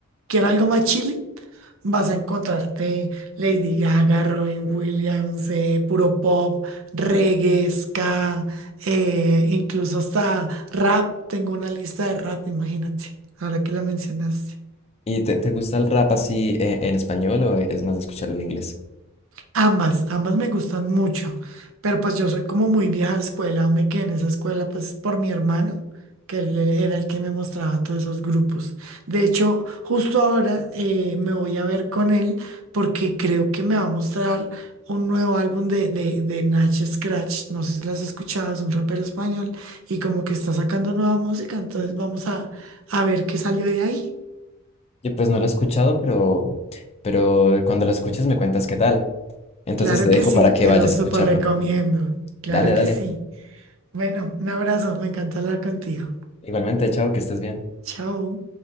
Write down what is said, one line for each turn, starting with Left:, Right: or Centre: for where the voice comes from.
Right: quiero algo más chile, vas a encontrarte Lady Gaga, Robin Williams, eh, puro pop reggae, ska, eh, incluso hasta rap. Tengo una lista de rap, imagínate, ahora que la mencionaste.
Left: ¿Y te, te gusta el rap así eh, en español o eres más de escucharlo en inglés?
Right: Ambas, ambas me gustan mucho, pero pues yo soy como muy vieja escuela, o me quedé en esa escuela pues por mi hermano, que él e- era el que me mostraba todos esos grupos. De hecho, justo ahora eh, me voy a ver con él porque creo que me va a mostrar un nuevo álbum de, de, de Nach Scratch, no sé si lo has escuchado, es un rapero español y como que está sacando nueva música, entonces vamos a, a ver qué salió de ahí.
Left: Yo pues no lo he escuchado, pero, pero cuando lo escuches me cuentas qué tal. Entonces
Right: Claro
Left: te dejo
Right: que sí,
Left: para
Right: te
Left: que vayas
Right: lo súper
Left: a escucharlo.
Right: recomiendo, claro
Left: Dale, dale.
Right: que sí. Bueno, un abrazo, me encanta hablar contigo.
Left: Igualmente, chao, que estés bien.
Right: Chao.